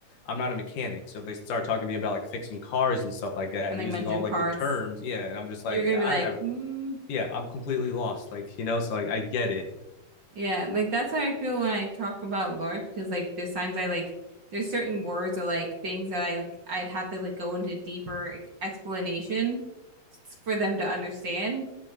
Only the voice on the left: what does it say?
I'm not a mechanic, so if they start talking to me about like fixing cars and stuff like that
and
using
all like
the terms, yeah, and I'm just
like
I
have
yeah, I'm completely lost, like you know, so like I get it,